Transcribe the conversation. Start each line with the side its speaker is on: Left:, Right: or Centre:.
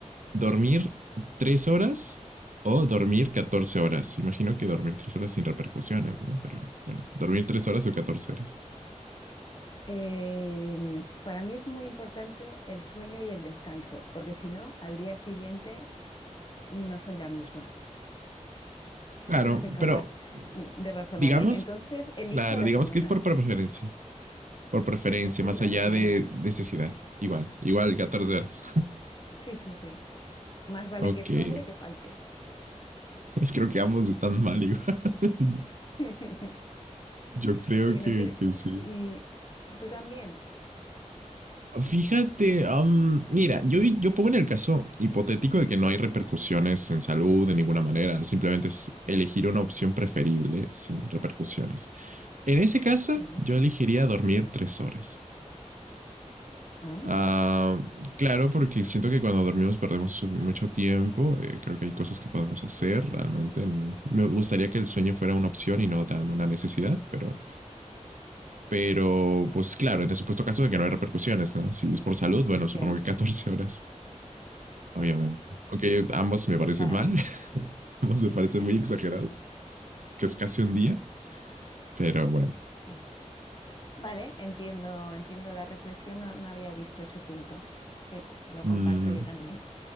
Right: ¿Dormir tres horas o dormir 14 horas? Imagino que dormir tres horas sin repercusiones, ¿no? Pero bueno, dormir tres horas o 14 horas.
Left: Eh, para mí es muy importante el sueño y el descanso, porque si no, al día siguiente no soy la misma,
Right: Claro,
Left: no soy capaz
Right: pero
Left: mm, de razonar
Right: digamos,
Left: bien. Entonces, elijo
Right: claro,
Left: la
Right: digamos
Left: segunda,
Right: que es por preferencia. Por preferencia,
Left: la segunda,
Right: más allá
Left: la segunda.
Right: de necesidad. Igual, igual, 14 horas.
Left: Sí, sí, sí. Más vale
Right: Ok,
Left: que sobre que falte.
Right: <laughs> creo que ambos están mal igual. <laughs>
Left: <laughs>
Right: Yo creo
Left: Oye,
Right: que,
Left: no quiere...
Right: que sí.
Left: ¿Y tú también?
Right: Fíjate, am, mira, yo, yo pongo en el caso hipotético de que no hay repercusiones en salud de ninguna manera, simplemente es elegir una opción preferible sin repercusiones. En ese caso,
Left: Mm,
Right: yo elegiría dormir tres horas.
Left: Ah,
Right: Ah, claro, porque siento que cuando dormimos perdemos su- mucho tiempo, eh, creo que hay cosas que podemos hacer realmente. en- Me gustaría que el sueño fuera una opción y no tan una necesidad, pero... Pero, pues claro, en el supuesto caso de que no hay repercusiones, ¿no? Si es por salud, bueno, supongo
Left: ya.
Right: que 14 horas. Obviamente. Ok, ambos me parecen
Left: Vale.
Right: mal. <laughs> ambos
Left: <laughs>
Right: me parecen muy exagerados. Que es casi un día. Pero bueno.
Left: Sí. Vale, entiendo, entiendo la reflexión, no, no había visto ese punto. Sí, lo comparto
Right: Mm,
Left: yo también.